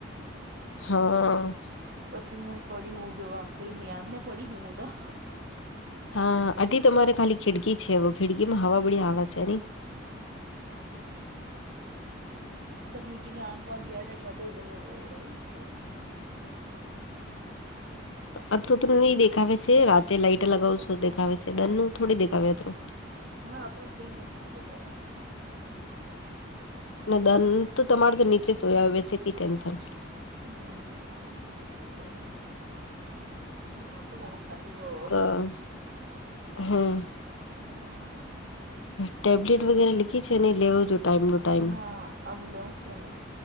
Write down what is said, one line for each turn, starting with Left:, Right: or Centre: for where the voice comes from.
Left: હા.
Right: પછી પડી હું જોવા કઈ ની આંગણે પડી હું ત.
Left: હા આટી તમારે ખાલી ખિડકી છે ખીડકી માં હવા બળી આવે છે.
Right: મીટી આ કોઈ ગે કોઈ દિન નથી. એ તો.
Left: અત્રું તો નહી દેખાવે છે રાતે લાઈટ લગાવું છું દેખાવે છે દન નું થોડી દેખાવે અત્રું.
Right: હા અત્રુ ત કઈ નિની દેખાવ.
Left: દન તો તમારે તો નીચે સોયા આવે વસે કઈ ટેન્શન.
Right: હમ નીચે શ હોય, હ માંતું ધણું ફાટી રહ.
Left: હા. હા.
Right: હમ
Left: ટેબલેટ વગેરે લીખી છે ને લેવો જો ટાઈમ નો. ટાઈમ
Right: હા આબું લેવું છે નહી